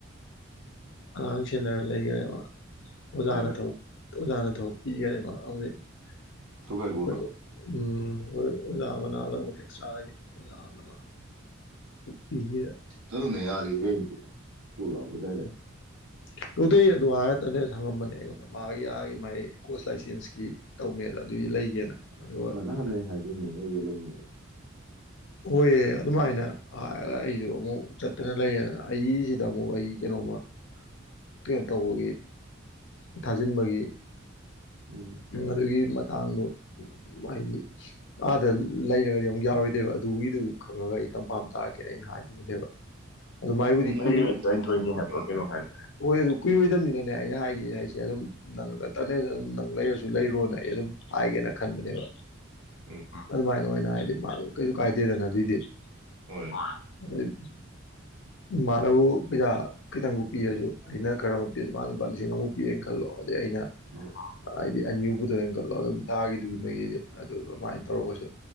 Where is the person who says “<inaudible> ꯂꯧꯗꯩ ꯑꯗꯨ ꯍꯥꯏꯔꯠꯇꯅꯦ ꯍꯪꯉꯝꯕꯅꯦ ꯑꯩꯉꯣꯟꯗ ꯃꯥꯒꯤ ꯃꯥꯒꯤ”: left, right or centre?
Left